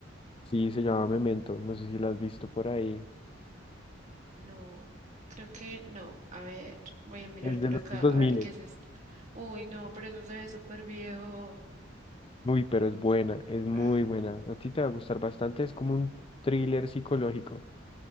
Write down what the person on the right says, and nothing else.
No, creo que no. A ver, voy a mirar
por
acá,
a ver qué es esto. Uy, no, pero eso se ve súper viejo.
Eh,